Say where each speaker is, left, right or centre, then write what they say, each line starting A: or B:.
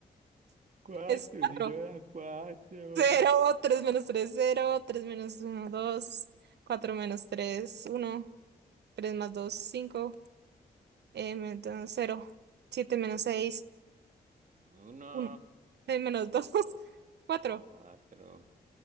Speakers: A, on the right; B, on the right.
A: Cuatro,
B: Es cuatro
A: si yo señora, cuatro.
B: cero tres menos tres cero tres menos uno dos cuatro menos tres uno tres más dos cinco eh, menos 0, 7 menos seis
A: Uno,
B: uno seis menos <laughs> dos cuatro
A: cuatro,